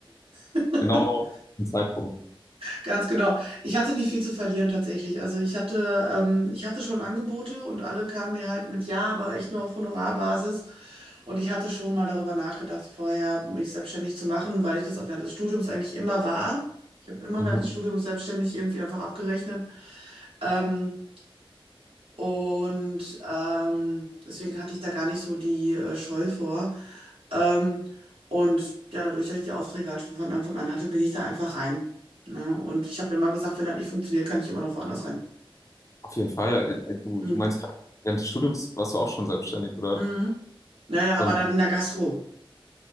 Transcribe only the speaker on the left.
genau den Zeitpunkt.
Mhm.
Auf jeden Fall. Äh, äh, Du,
du meinst gerade, während des Studiums warst du auch schon selbstständig, oder?
Und,